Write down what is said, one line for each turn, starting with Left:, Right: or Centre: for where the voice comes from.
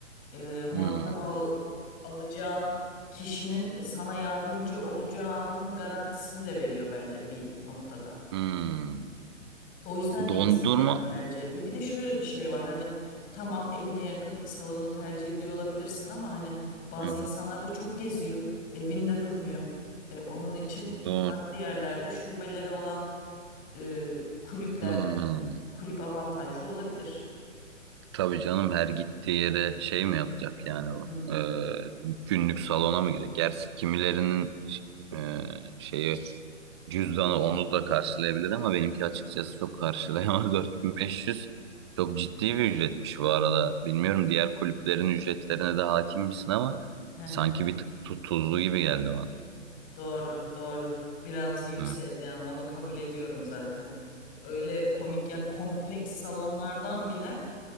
Left: e, muhatap
Right: hmm,
Left: al- alacağın kişinin e, sana yardımcı olacağının garantisini de veriyor bence bir noktada.
Right: hmm.
Left: O yüzden de
Right: Dondurma.
Left: insanlar tercih ediyor. Bir de şöyle bir şey var hani tamam evine yakın salonu tercih ediyor olabilirsin ama hani bazı
Right: Hmm,
Left: insanlar da çok geziyor. Evinde durmuyor. E, onun için
Right: don.
Left: farklı yerlerde şubeleri olan e, kulüpler
Right: Hmm.
Left: kulüp avantajlı olabilir.
Right: Tabii canım her gittiği yere şey mi yapacak yani bu?
Left: Hı hı.
Right: Ee, günlük salona mı girecek? Gerçi kimilerinin ş- e, şeyi Cüzdanı onu da karşılayabilir ama benimki açıkçası çok karşılayamaz. <laughs> 4500 çok ciddi bir ücretmiş bu arada. Bilmiyorum diğer kulüplerin ücretlerine de hakim misin ama
Left: <laughs>
Right: sanki bir tık tu- tuzlu gibi geldi bana.
Left: Doğru, doğru. Biraz yükseğiz
Right: Hmm,
Left: yani onu kabul ediyorum zaten. Öyle komik ya kompleks salonlardan bile